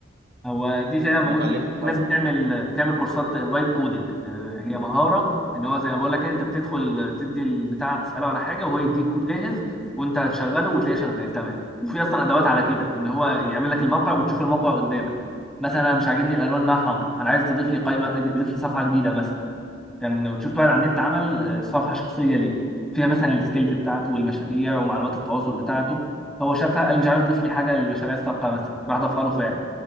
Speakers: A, in the centre; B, on the right.
A: هو دي فعلا موجود
B: ما اتعلمتش
A: في
B: حاجه
A: ناس بتعمل
B: أهو.
A: بتعمل كورسات فايب كودنج هي مهاره ان هو زي ما بقول لك انت بتدخل تدي البتاع تساله على حاجه وهو يديك كود جاهز وانت هتشغله وتلاقيه شغال تمام وفي اصلا ادوات على كده ان هو يعمل لك الموقع وتشوف الموقع قدامك مثلا انا مش عاجبني الالوان انها حمراء انا عايز تضيف لي قائمه تضيف لي صفحه جديده مثلا كان شفت واحد على النت عمل آه، صفحه شخصيه ليه فيها مثلا السكيلز بتاعته والمشاريع ومعلومات التواصل بتاعته هو شافها قال مش عارف ضيف لي حاجه للمشاريع السابقه مثلا راح ضافها له فعلا